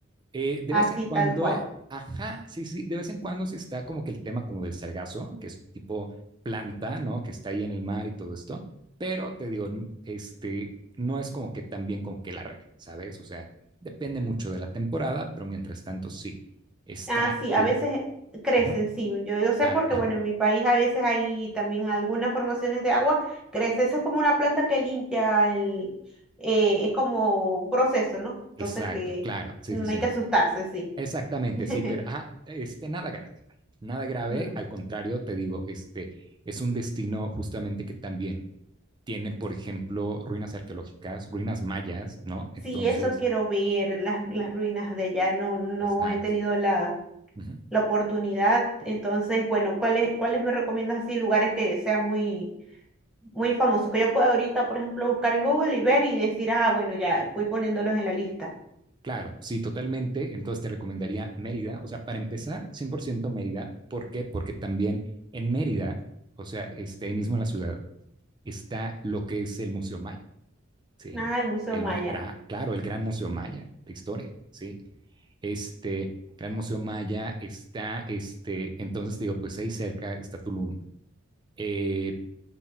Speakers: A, on the right; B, in the centre.
A: eh, de
B: Así
A: vez en cuando,
B: tal cual.
A: ajá, sí, sí, de vez en cuando sí está como que el tema como del sargazo, que es un tipo planta, ¿no? Que está ahí en el mar y todo esto, pero te digo, n- este, no es como que tan bien como que la regla, ¿sabes? O sea, depende mucho de la temporada, pero mientras tanto sí, está,
B: Ah, sí, a
A: te
B: veces
A: di-
B: crecen,
A: ajá,
B: sí. Yo, lo sé
A: claro,
B: porque,
A: ajá,
B: bueno, en mi país a veces hay también algunas formaciones de agua, crece. Eso es como una planta que limpia el, eh, es como un proceso, ¿no? Entonces
A: exacto,
B: que
A: claro, sí,
B: no
A: sí, sí,
B: hay que asustarse, sí.
A: exactamente,
B: <laughs>
A: sí, pero, ajá, este, nada grave, vaya, nada grave,
B: Mm.
A: al contrario, te digo, este, es un destino justamente que también tiene, por ejemplo, ruinas arqueológicas, ruinas mayas, ¿no? Entonces,
B: Sí, eso quiero ver, las, las ruinas de allá. No, no
A: exacto.
B: he tenido la,
A: Uh -huh.
B: la oportunidad. Entonces, bueno, ¿cuáles, cuáles me recomiendas así lugares que sean muy muy famosos que yo puedo ahorita, por ejemplo, buscar en Google y ver y decir, ah, bueno, ya voy poniéndolos en la lista.
A: Claro, sí, totalmente. Entonces te recomendaría Mérida. O sea, para empezar, 100% Mérida. ¿Por qué? Porque también en Mérida, o sea, este, ahí mismo en la ciudad, está lo que es el Museo Maya, ¿sí?
B: Ah, el Museo
A: El,
B: Maya.
A: ma gra- claro, el Gran Museo Maya de Historia, ¿sí? Este Gran Museo Maya está, este, entonces te digo, pues ahí cerca está Tulum. Eh,